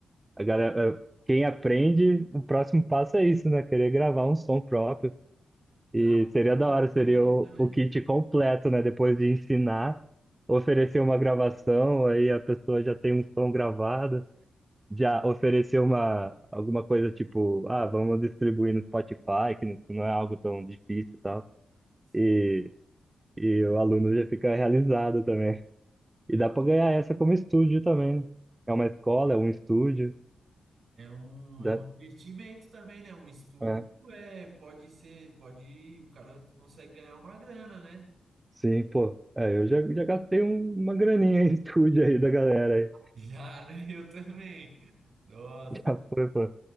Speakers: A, on the right (about 25°); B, on the right (about 65°).
A: a galera, é, quem aprende, o próximo passo é isso, né? Querer gravar um som próprio.
B: Não,
A: E seria
B: com
A: da
B: certeza,
A: hora, seria o,
B: né?
A: o kit completo, né? Depois de ensinar, oferecer uma gravação, aí a pessoa já tem um som gravado já
B: Não,
A: oferecer uma, alguma coisa tipo, ah, vamos distribuir no Spotify, que não, que não é algo tão difícil e tal.
B: sim.
A: E, e o aluno já fica realizado também. E dá para ganhar essa como estúdio também, né? É uma escola, é um estúdio.
B: É um,
A: Dá,
B: é um investimento também, né? Um estúdio
A: é,
B: é, pode ser, pode, o cara consegue ganhar uma grana, né?
A: sim, pô. É, eu já, já gastei um- uma graninha em <laughs> estúdio aí da galera aí.
B: Já, né? <laughs> Eu também. Nossa,
A: <laughs> Já foi, pô.